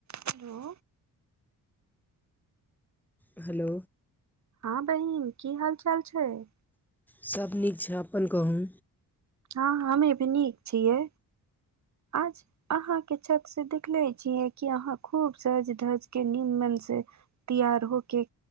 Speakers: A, on the right; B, in the centre.
A: हलो
B: hello
A: हां बहिन की हाल चाल छैइ
B: सभ नीक छै अपन कहु
A: हँ हमे भी नीक छियै आज अहाँ के छत से देखले छियै कि अहाँ खूब सज धज के नीममे से तैयार हो के